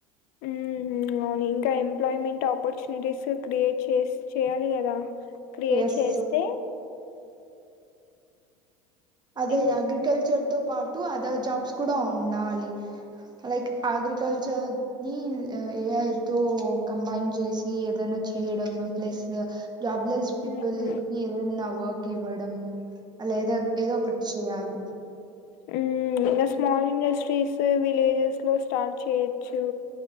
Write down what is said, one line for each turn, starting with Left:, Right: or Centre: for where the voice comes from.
Left: హ్మ్ అవును ఇంకా ఎంప్లాయ్మెంట్ ఆపర్చునిటీస్ క్రియేట్ చేసి చేయాలి కదా క్రియేట్
Right: ఎస్
Left: చేస్తే
Right: అదే
Left: ఇం
Right: అగ్రికల్చర్ తో పాటు అదర్ జాబ్స్ కూడా ఉండాలి. లైక్ అగ్రికల్చర్ హ్మ్ ఏ అయితే కంబైన్ చేసి ఏదైనా చేయడం ప్లస్ జాబ్లెస్ పీపుల్
Left: ఉమ్
Right: కి ఏదన్నా వర్క్ ఇవ్వడం అలా ఏదో ఏదో ఒకటి చేయాలి
Left: హ్మ్ ఇంగా స్మాల్ ఇండస్ట్రీస్ విలేజెస్ లో స్టార్ట్ చేయొచ్చు